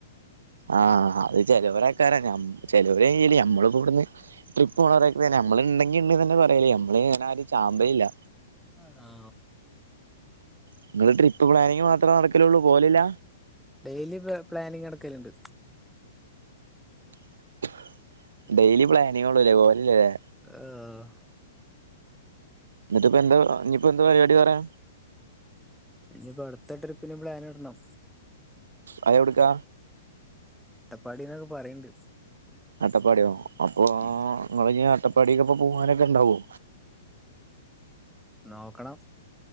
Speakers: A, on the right; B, in the centre.
A: ആഹ് അത് ചെലവരക്കാരാ. ഞമ് ചെലവര കല് ഞമ്മള് ഇപ്പവിടന്ന്, ട്രിപ്പ് പോണോറക്ക തന്നെ. നമ്മള് ഇണ്ടെങ്കി ഇണ്ട്‌ തന്നെ പറയല്ലേ നമ്മള് അങ്ങനെ ആരും ചാമ്പയില്ല.
B: ആഹ് ആ.
A: നിങ്ങള് ട്രിപ്പ് പ്ലാനിങ് മാത്രേ നടക്കലള്ളൂ. പോവലില്ല?
B: Daily planning നടക്കലുണ്ട്.
A: <inaudible> ഡെയിലി പ്ലാനിങ്ങ് ഉള്ളൂല്ലേ, പോവലില്ലല്ലേ.
B: ആഹ്
A: എന്നിട്ട പ്പ എന്താ ഇനിപ്പോ എന്താ പരിപാടി വേറെ?
B: ഇനിയിപ്പോ അടുത്ത ട്രിപ്പിനു പ്ലാൻ ഇടണം.
A: അത് എവിടുക്കാ?
B: അട്ടപ്പാടി എന്നൊക്കെ പറയണ്ട്.
A: അട്ടപ്പാടിയോ, അപ്പൊ
B: ഉം
A: നിങ്ങള് ഇനി അട്ടപ്പാടിക്ക് പോവാനവരോക്കെ ഉണ്ടാവോ?
B: നോക്കണം.